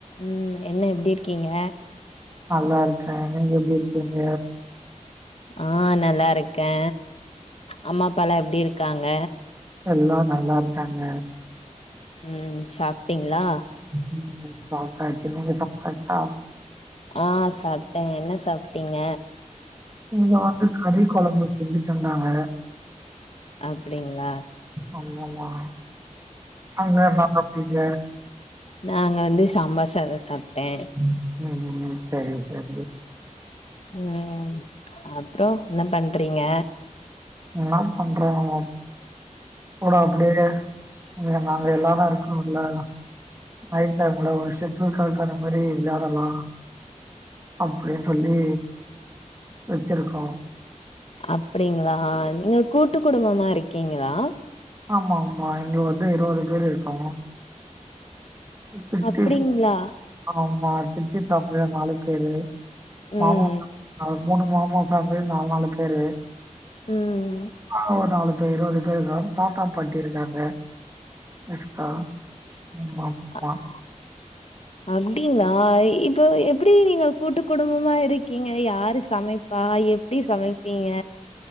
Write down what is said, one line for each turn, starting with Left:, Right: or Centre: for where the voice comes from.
Left: ம் என்ன எப்டி இருக்கீங்க
Right: நல்லாருக்கே நீங்க எப்டி இருக்கீங்க
Left: ஆ நல்லாருக்கே அம்மா அப்பாலா எப்டி இருக்காங்க
Right: எல்லா நல்லாருக்காங்க
Left: ம் சாப்ட்டீங்ளா
Right: ம் ம் ம் சாப்டாச்சு நீங்க சாப்டாச்சா
Left: ஆ சாப்ட்டே என்ன சாப்ட்டீங்க
Right: இங்க வந்து கறி கொழம்பு செஞ்சு தந்தாங்க
Left: அப்டிங்களா
Right: ஆமாமா அங்க பாத்தாச்சிங்க
Left: நாங்க வந்து சாம்பார் சாதோ சாப்ட்டே
Right: ம் ம் செரிங்க செரி செரி
Left: ம் அப்பறோ என்ன பண்றீங்க
Right: என்னாப் பண்றாங்க போடா அப்டியே ம் நாங்க எல்லாரு இருக்கணுல்ல நைட் டைம்ல ஒரு செக்யுர் கால் பண்ண மாரி விளையாடலா அப்டின் சொல்லி வெச்சுருக்கோ
Left: அப்டிங்ளா நீங்க கூட்டு குடும்பமா இருக்கீங்ளா
Right: ஆமா ஆமா இங்க வந்து இருவது பேர் இருக்கோ சித்தி
Left: அப்டிங்களா
Right: ஆமா சித்தி ஃபேமிலியே நாலு பேரு
Left: ம்
Right: மாமா மூணு மாமா ஃபேமிலியு நாலு நாலு பேரு
Left: ம்
Right: ஆ நாலு பேரு ரிட்டேர்தா தாத்தா பாட்டி இருக்காங்க ரிஸ்கா ஆமா ஆமா.
Left: அப்டி அப்டிங்ளா இப்ப எப்டி நீங்க கூட்டு குடும்பமா இருக்கீங்க யாரு சமைப் பா எப்டி சமைப்பீங்க